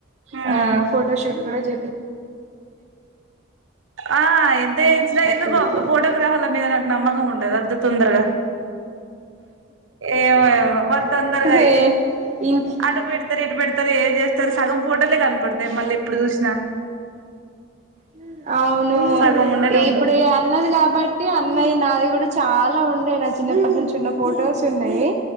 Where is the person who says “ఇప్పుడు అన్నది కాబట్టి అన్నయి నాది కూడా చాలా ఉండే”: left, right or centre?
Right